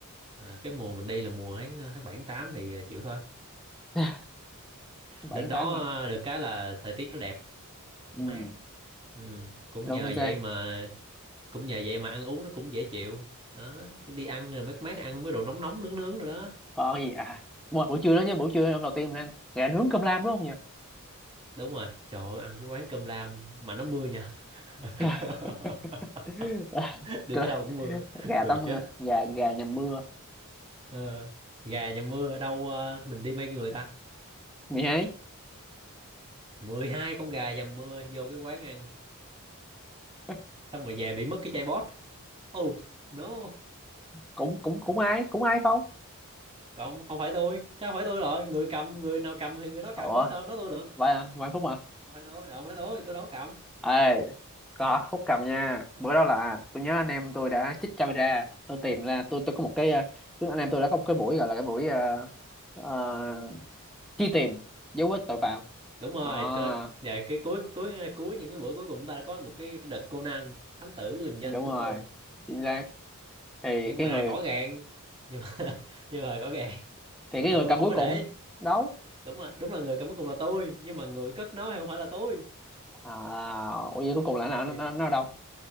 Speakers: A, on the right; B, in the centre.
A: à, cái mùa mình đi là mùa tháng ờ, tháng bảy tháng tám thì ờ, chịu thôi
B: <laughs> bảy
A: lên
B: tháng
A: đó
B: tám mà
A: ờ, được cái là thời tiết nó đẹp
B: ừ
A: nó mát ừ. cũng
B: đúng
A: nhờ
B: chính xác
A: vậy mà cũng nhờ vậy mà ăn uống nó cũng dễ chịu đó cái đi ăn rồi mát mát ăn mấy đồ nóng nóng nướng nướng rồi đó
B: có cái gì à buổi buổi trưa đó nhá buổi trưa hôm đầu tiên mình ăn gà nướng cơm lam đúng không nhỉ
A: đúng rồi trời ơi, ăn cái quán cơm lam mà nó mưa nhờ <laughs>
B: gà <laughs>
A: đi
B: Trời,
A: tới đâu cũng mưa
B: gà
A: cười
B: tắm mưa
A: chết
B: gà gà nhầm mưa
A: Ờ, gà dầm mưa đâu ờ, mình đi bao nhiêu người ta
B: mày ấy
A: 12 con gà dầm mưa vô cái quán ăn
B: <laughs>
A: xong rồi về bị mất cái chai bót oh no
B: cũng cũng cũng ai cũng ai không
A: cộng không phải tôi chứ không phải tôi rồi người cầm người nào cầm thì người đó
B: ủa
A: cầm chứ sao nói tôi được
B: vài vài phút mà
A: không phải tôi ờ, không phải tôi tôi đâu có cầm
B: ê có phúc cầm nha bữa đó là tôi nhớ anh em tôi đã chích camera tôi tìm ra tôi tôi có một cái ờ, tức anh em tôi đã có một cái buổi gọi là cái buổi ờ, ờ, truy tìm dấu vết tội phạm
A: đúng rồi
B: đó
A: tôi về cái cuối cuối ờ, cuối những cái bữa cuối cùng chúng ta đã có một cái, cái đợt Conan thám tử lừng danh
B: đúng
A: chúng
B: rồi
A: tôi
B: chính xác thì
A: nhưng
B: cái
A: mà
B: người
A: rõ ràng nhưng mà <laughs> nhưng mà rõ ràng
B: thì cái
A: là
B: người
A: tôi
B: cầm
A: không
B: cuối
A: có
B: cùng
A: để
B: đâu
A: đúng rồi đúng là người cầm cuối cùng là tôi nhưng mà người cất nó thì không phải là tôi
B: à ủa vậy cuối cùng là nó nó
A: người
B: nó ở đâu